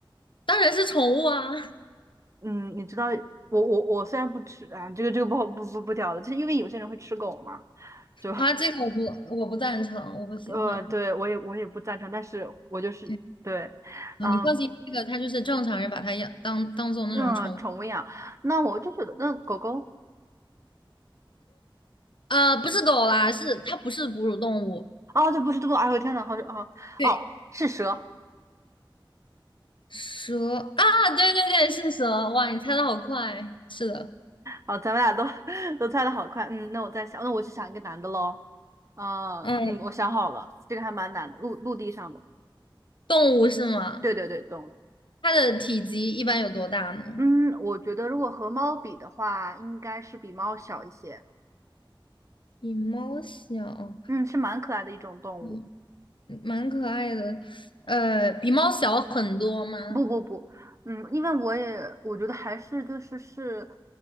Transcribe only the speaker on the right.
嗯，你知道我我我虽然不吃啊，这个这个不好不不不屌的，就是因为有些人会吃狗嘛，就
<laughs> 呃，对我也我也不赞成，但是我就是对，
嗯
嗯，宠物养，那我就觉得那狗狗
哦，这不是这个，哎呦我天呐，好哦哦是蛇，
好咱们俩都 <laughs> 都猜的好快，嗯，那我再想，那我去想一个男的喽，嗯嗯，
我想好了，这个还蛮难的，陆陆地上的，
对对对，动物，
嗯，我觉得如果和猫比的话，应该是比猫小一些。
嗯，是蛮可爱的一种动物。
不不不，嗯，因为我也我觉得还是就是是